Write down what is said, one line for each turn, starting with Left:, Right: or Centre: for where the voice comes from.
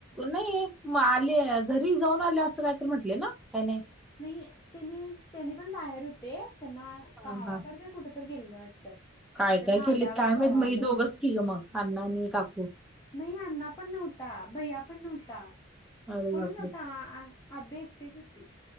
Centre: नाही म आले घरी जाऊन आलेय असं काहीतर म्हटले ना काय नाही.
Left: नाही त्यांनी त्यांनी पण बाहेर होते. त्यांना
Centre: हा
Left: गावाकडं
Centre: हा
Left: काय कुठ तर गेलेलं वाटतं.
Centre: काय
Left: मग त्यांना
Centre: काय केलीत
Left: आल्यावर
Centre: काय
Left: कळालं
Centre: माहित मग ही दोघच की ग मग अण्णा आणि काकू
Left: नाही अण्णा पण नव्हता भैया पण नव्हता
Centre: अरे
Left: कोण
Centre: बापरे
Left: नव्हता. अबे एकटी सध